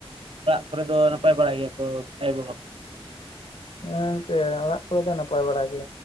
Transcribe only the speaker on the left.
ᱦᱮ ᱜᱚᱝᱠᱮ ᱚᱲᱟᱜ ᱠᱚᱨᱮ ᱫᱚ ᱱᱟᱯᱟᱭ ᱵᱟᱲᱟ ᱜᱮ